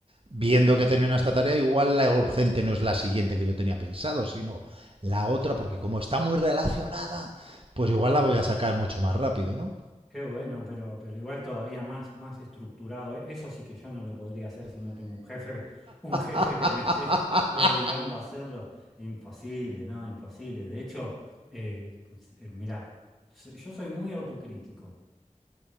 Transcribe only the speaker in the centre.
claro,
claro.
Qué bueno, pero, pero igual todavía más, más estructurado. E- Eso sí que yo no lo podría hacer si no tengo un jefe, un jefe
que me esté <laughs> obligando a hacerlo. Imposible, ¿no? Imposible. De hecho, eh, s- eh, mirá, so- yo soy muy autocrítico